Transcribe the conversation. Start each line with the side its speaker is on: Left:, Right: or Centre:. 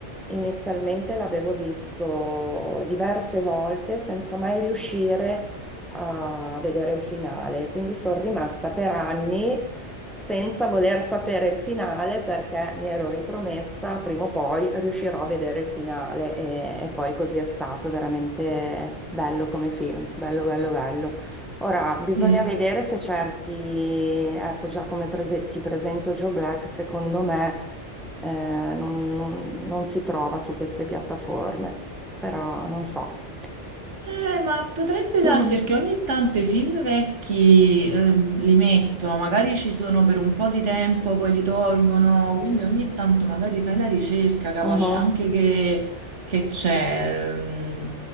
Centre: Inizialmente l'avevo visto diverse volte senza mai riuscire a vedere il finale, quindi sono rimasta per anni senza voler sapere il finale perché mi ero ripromessa prima o poi riuscirò a vedere il finale e, e poi così è stato, veramente bello come film, bello, bello, bello. Ora, bisogna
Right: sì.
Centre: vedere se certi, ecco già come prese- ti presento Joe Black, secondo me eh, non, non- non si trova su queste piattaforme, però non so.
Right: Eh, ma potrebbe darsi
Centre: <laughs> Mhm.
Right: perché ogni tanto i film vecchi ehm, li mettono, magari ci sono per un po' di tempo, poi li tolgono, quindi ogni tanto magari fai la ricerca, capace
Centre: Mhm.
Right: anche che che c'è, ehm,